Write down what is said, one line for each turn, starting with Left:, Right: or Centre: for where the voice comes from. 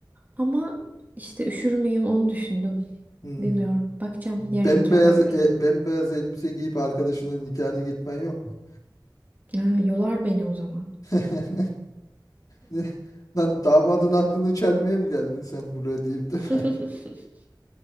Right: Ama işte üşür müyüm onu düşündüm.
Left: Hmm.
Right: Bilmiyorum. Bakacağım
Left: Bembeyaz
Right: yarınki havaya göre.
Left: e, bembeyaz elbise giyip arkadaşının nikahına gitmen yok mu?
Right: Ha, yolar beni o zaman.
Left: <laughs> Ne- Lan damadın aklını çelmeye mi geldin sen buraya deyip de.
Right: <laughs>
Left: <laughs>